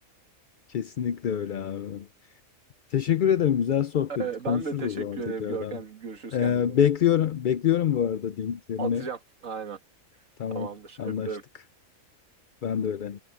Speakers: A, on the left; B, on the right.
A: Kesinlikle öyle abi. Teşekkür ederim. Güzel sohbetti.
B: Ee,
A: Konuşuruz
B: ben de teşekkür
A: o zaman tekrardan.
B: ederim Görkem. Görüşürüz
A: Ee,
B: kendine iyi bak.
A: bekliyorum, bekliyorum bu arada linklerini.
B: Atacağım. Aynen.
A: Tamam,
B: Tamamdır.
A: anlaştık.
B: Öpüyorum.
A: Ben de öyle.